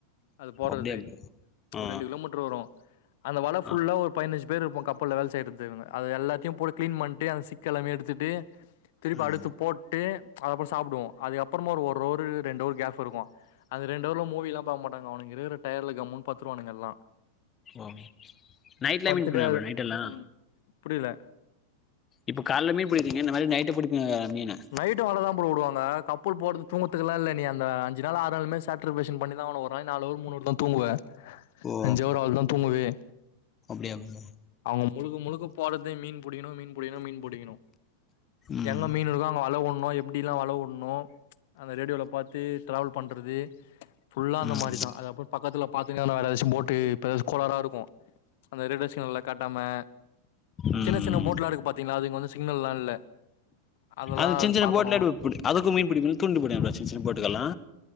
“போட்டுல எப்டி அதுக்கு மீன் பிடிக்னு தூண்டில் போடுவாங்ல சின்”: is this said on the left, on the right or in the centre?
Left